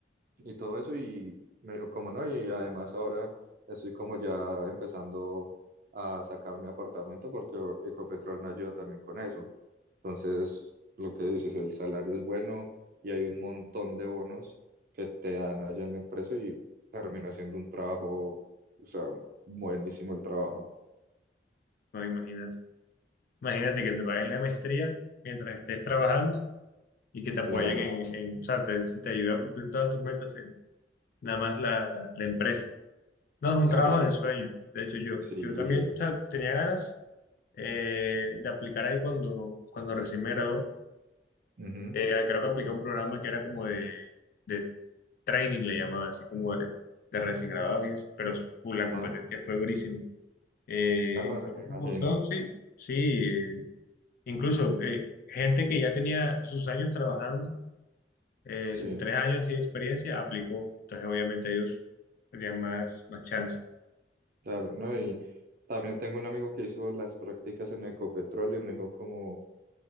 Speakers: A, on the right; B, on the left.
A: y todo eso. Y me dijo, como no, y además ahora estoy como ya empezando a sacar mi apartamento porque Ecopetrol me ayuda también con eso. Entonces, lo que dices, el salario es bueno y hay un montón de bonos que te dan allá en la empresa y termina siendo un trabajo, o sea, buenísimo el trabajo.
B: No, imagínate. Imagínate que te paguen la maestría mientras estés trabajando y que te apoyen
A: Claro,
B: en, en- o sea, te, te ayuda a cumplir todas tus metas, eh, nada más la, la, la empresa. No, es
A: claro,
B: un trabajo
A: y
B: del sueño. De hecho, yo,
A: sí,
B: yo también, o sea, tenía ganas eh, de aplicar ahí cuando, cuando recién me gradué
A: ujú,
B: eh, creo que apliqué un programa que era como de, de training, le llamaba, así como de, de recién grabados y eso, pero su- la
A: ajá,
B: competencia fue durísima. Eh,
A: claro,
B: entramos
A: me imagino,
B: un montón, sí, sí, eh, incluso eh, gente que ya tenía sus años trabajando, eh,
A: sí,
B: sus tres años así de experiencia, aplicó, entonces obviamente ellos tenían más, más chance.
A: claro, no, y también tengo un amigo que hizo las prácticas en Ecopetrol y me dijo como,